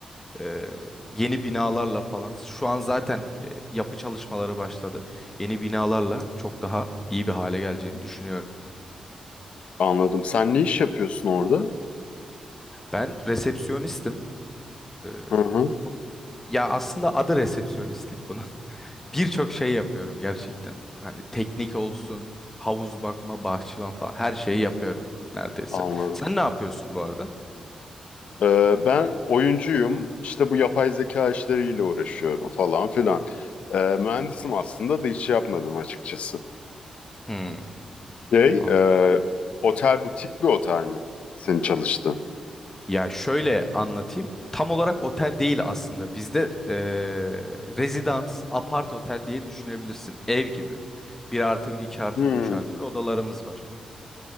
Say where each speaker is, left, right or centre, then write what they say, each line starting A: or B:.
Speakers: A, on the left; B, on the left.
A: eee, yeni binalarla falan şu an zaten eee, yapı çalışmaları başladı. Yeni binalarla çok daha iyi bir hale geleceğini düşünüyorum.
B: Anladım. Sen ne iş yapıyorsun orada?
A: Ben resepsiyonistim. Ee,
B: Hı hı,
A: on- ya aslında adı resepsiyonistlik bunun. <laughs> Birçok şey yapıyorum gerçekten. Hani teknik olsun, havuz bakma, bahçıvan falan her şeyi yapıyorum neredeyse.
B: anladım.
A: Sen ne yapıyorsun bu arada?
B: Ee, ben oyuncuyum, işte bu yapay zeka işleriyle uğraşıyorum falan filan. Ee, mühendisim aslında da hiç yapmadım açıkçası.
A: Hmm,
B: Şey,
A: anladım.
B: e, otel butik bir otel mi? Senin çalıştığın.
A: Ya şöyle anlatayım. Tam olarak otel değil aslında. Bizde eee rezidans, apart otel diye düşünebilirsin. Ev gibi. bir artı bir 2 artı
B: Hmm.
A: bir 3 artı bir odalarımız var.